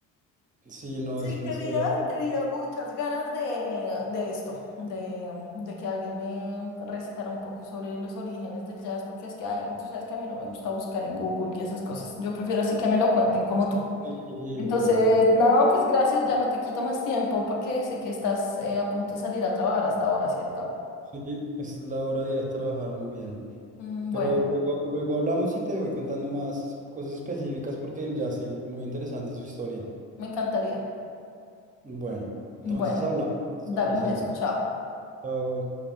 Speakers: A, on the right; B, on the left.
A: sí, no,
B: Sí
A: es una
B: quería,
A: historia.
B: tenía muchas ganas de, de esto, de, um, de que alguien me recitara un poco sobre los orígenes del jazz, porque es que, ay, tú sabes que a mí no me gusta buscar en Google y esas cosas. Yo prefiero así que me lo cuenten como tú.
A: Sí, sí,
B: Entonces,
A: no, obvio.
B: no, pues gracias, ya no te quito más tiempo porque sé que estás eh, a punto de salir a trabajar hasta ahora, ¿cierto?
A: Sí, esa es la hora de ir a trabajar, muy bien.
B: Mm,
A: Pero
B: bueno,
A: luego, luego hablamos y te voy contando más cosas específicas porque el jazz tiene muy interesante su historia.
B: me encantaría.
A: Bueno,
B: Bueno,
A: entonces hablamos.
B: dale
A: Un besito.
B: un beso, chao.
A: Chao.